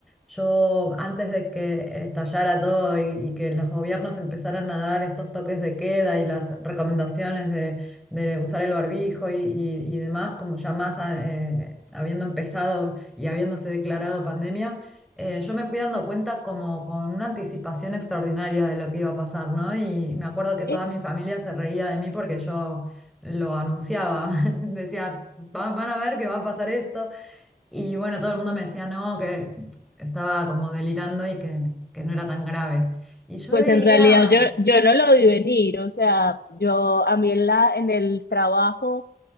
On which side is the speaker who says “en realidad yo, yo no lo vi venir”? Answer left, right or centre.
Left